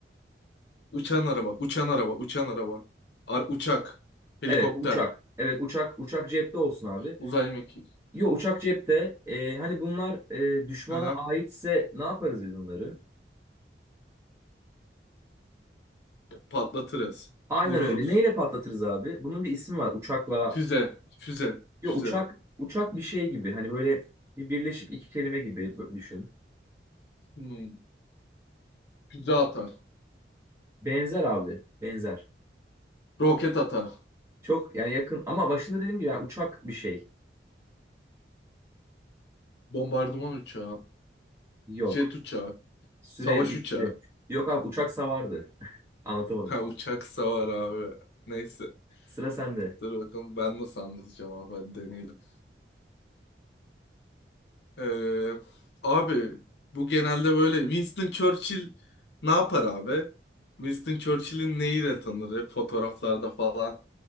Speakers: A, on the left; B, on the right.
A: Uçan araba, uçan araba, uçan araba. Ar uçak, helikopter,
B: Evet uçak. Evet uçak uçak cepte olsun abi.
A: uzay mekiği.
B: Yo uçak cepte. Ee, hani bunlar e, düşmana
A: Hı hı.
B: aitse ne yaparız biz bunları?
A: Patlatırız.
B: Aynen
A: Vururuz.
B: öyle. Neyle patlatırız abi? Bunun bir ismi var. Uçakla.
A: Füze, füze,
B: Yo
A: füze.
B: uçak uçak bir şey gibi. Hani böyle bir birleşik iki kelime gibi bö- düşün.
A: Hmm. Füze atar.
B: Benzer abi. Benzer.
A: Roket atar.
B: Çok yani yakın ama başında dediğim gibi yani uçak bir şey.
A: Bombardıman uçağı.
B: Yok.
A: Jet uçağı.
B: Süre
A: Savaş
B: bitti.
A: uçağı.
B: Yok abi uçak savardı. <laughs> Anlatamadım
A: Ha
B: tam.
A: uçak savar abi. Neyse.
B: Sıra sende.
A: Dur bakalım ben nasıl anlatacağım abi hadi deneyelim. Ee, abi bu genelde böyle Winston Churchill ne yapar abi? Winston Churchill'in neyiyle tanır? Hep Fotoğraflarda falan